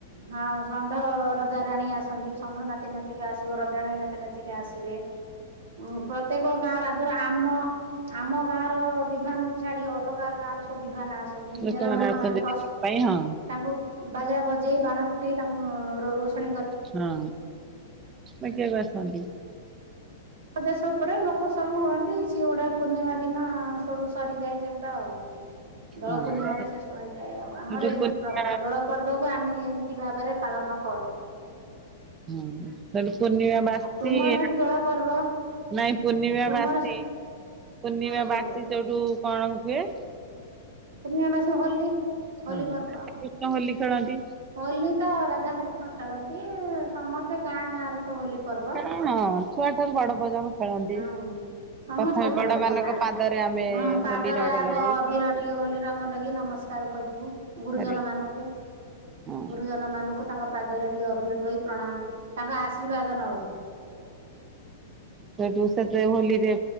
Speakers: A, on the right; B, on the right.
A: ହଁ ଷଣ୍ଢ ରଜା ରାଣୀ ଆସନ୍ତି ସବୁ। ଷଣ୍ଢ ନାଚି ନାଚିକା ଆସିବ ରଜା ରାଣୀ ନାଚି ନାଚିକା ଆସିବେ ଉ ପ୍ରତ୍ୟେକ ଗାଁ ରାଧର ଆଁ ଆମ ଆମ ଗାଁ ର ବିଭାନକୁୁ ଛାଡି ଅଲଗା ଗାଁର ସବୁ ବିବାନା ଆସନ୍ତି
B: ଲୋକମାନେ
A: ମେଲଣ
B: ଆସନ୍ତି
A: ମାନେ ପ୍ରସ୍
B: ଦେଖିବା ପାଇଁ ହଁ।
A: ତାଙ୍କୁ ବାଜା ବଜେଇ ବାଣ ଫୁଟେଇ ତାଙ୍କୁ ରୋ ରୋଷଣୀ କରି
B: ହଁ ଦେଖିବାକୁ ଆସନ୍ତି।
A: ବଜାର ସବୁ ପଡେ ଲୋକ ସବୁ ହୁଅନ୍ତି ସେ ଗୁଟା ପୂର୍ଣ୍ଣିମା ଦିନ ସଡୁ ସରିଯାଏ ସେଗୁଟା ଆଉ। ଦୋଳ
B: ହଁ
A: ପୂର୍ଣ୍ଣିମାରେ ଶେଷ ହେଇଯାଏ ଆଉ ଆମର
B: ସେଠୁ
A: ଏମତି
B: ପୂର୍ଣ୍ଣିମା
A: ପ୍ରବ ଦୋଳ ପର୍ବକୁ ଆମେ ଏମତି ଭାବରେ ପାଳନ କରୁ।
B: ହୁଁ ହେଟି ପୁନିଅ ବାସି
A: ଆଉ ତୁମର ସେଠି
B: ନା
A: ଦୋଳ ପର୍ବ
B: ନାଇଁ ପୂର୍ଣ୍ଣିମା
A: ତୁମର
B: ବାସି। ପୂର୍ଣ୍ଣିମା
A: ହଁ କୁହନ୍ତୁ
B: ବାସି ଯୋଉଠୁ କଣ ହୁଏ?
A: ପୂର୍ଣ୍ଣିମା ବାସି କି ହୋଲି। ହୋଲି
B: ହଁ
A: ପର୍ବ।
B: ଏକୃଷ୍ଣ ହୋଲି ଖେଳନ୍ତି।
A: ହୋଲି ତ ରାଧା କୃଷ୍ଣ ଖେଳନ୍ତି ସମସ୍ତେ ଗାଁ ଗାଁ ରେ ତ ହୋଲି ପର୍ବ।
B: ହଁ ଛୁଆ ଠାରୁ ବଡ ପର୍ଯ୍ୟନ୍ତ। ଖେଳନ୍ତି
A: ହୁଁ ସମସ୍ତେ
B: ପ୍ରଥମେ
A: ଖେଳନ୍ତି
B: ବଡ ମାନଙ୍କ
A: ଆ
B: ପାଦରେ ଆମେ
A: ହଁ ପାଦରେ
B: ହୋଲି ରଙ୍ଗ
A: ଆଗ
B: ଲଗଉ।
A: ଅବିର ଟିକେ ହୋଲି ରଙ୍ଗ ଲଗି ନମସ୍କାର କରିବୁ ଗୁରୁଜନ
B: ଆରେ
A: ମାନକୁ।
B: ହଁ
A: ଗୁରୁଜନ ମାନଙ୍କୁ ତାଙ୍କ ପାଦରେ ଟିକେ ଅଭିର ଥୋଇ ହୋଇ ପ୍ରଣାମ ତାଙ୍କ ଆଶୀର୍ବାଦ ନଉ।
B: ହେଟୁ ସେତେ ହୋଲିରେ